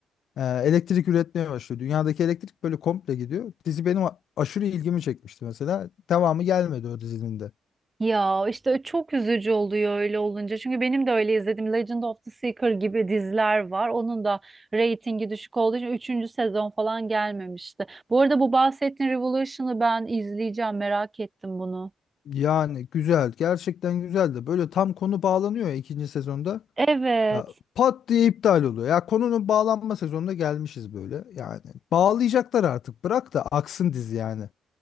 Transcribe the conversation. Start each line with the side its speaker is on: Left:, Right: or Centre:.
Left: e, elektrik üretmeye başlıyor. Dünyadaki elektrik böyle komple gidiyor. Dizi benim a- aşırı ilgimi çekmişti mesela. Devamı gelmedi o dizinin de.
Right: Ya işte çok üzücü oluyor öyle olunca. Çünkü benim de öyle izlediğim Legend of the Seeker gibi diziler var. Onun da reytingi düşük olduğu için üçüncü sezon falan gelmemişti. Bu arada bu bahsettiğin Revolution'ı ben izleyeceğim. Merak ettim bunu.
Left: Yani güzel. Gerçekten güzeldi. Böyle tam konu bağlanıyor ya ikinci sezonda.
Right: Evet.
Left: Ya, pat diye iptal oluyor. Ya konunun bağlanma sezonuna gelmişiz böyle. Yani bağlayacaklar artık. Bırak da aksın dizi yani.